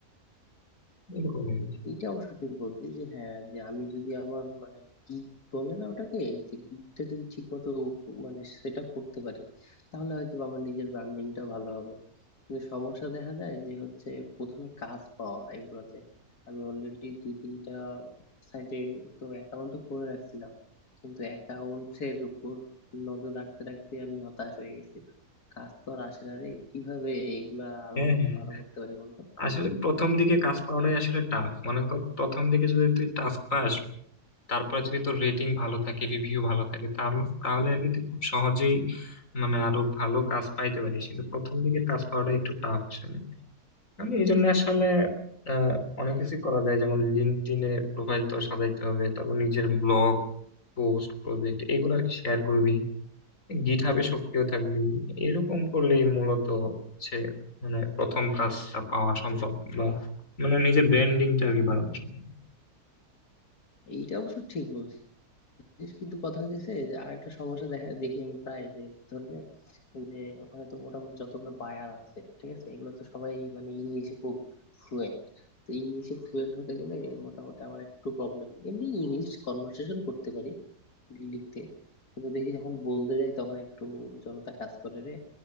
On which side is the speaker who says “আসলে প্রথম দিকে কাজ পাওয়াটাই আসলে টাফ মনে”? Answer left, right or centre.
Left